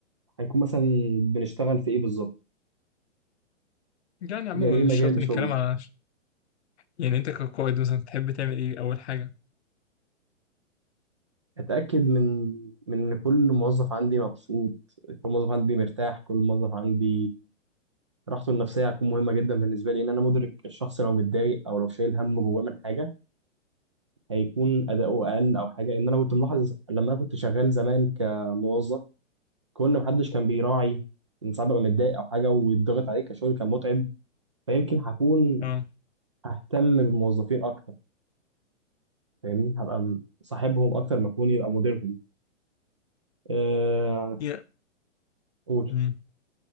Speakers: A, on the right; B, on the left.
A: هيكون مثلا بنشتغل في ايه بالظبط
B: يعني عموما
A: يعني ايه
B: مش
A: مجال
B: شرط إن
A: شغلي
B: الكلام على يعني أنت كقائد مثلا تحب تعمل إيه أول حاجة
A: اتاكد من من ان كل موظف عندي مبسوط كل موظف عندي مرتاح كل موظف عندي راحته النفسيه هتكون مهمه جدا بالنسبه لي ان انا مدرك الشخص لو متضايق او لو شايل هم جواه من حاجه هيكون اداؤه اقل او حاجه لان انا كنت ملاحظ لما انا كنت شغال زمان كموظف كون محدش كان بيراعي ان ساعات ببقى متضايق او حاجه ويتضغط عليك كشغل كان متعب فيمكن هكون
B: أه
A: ههتم بالموظفين اكتر فاهمني هبقى م- صاحبهم اكتر ما اكون يبقى مديرهم أه...
B: يا
A: قول
B: مم.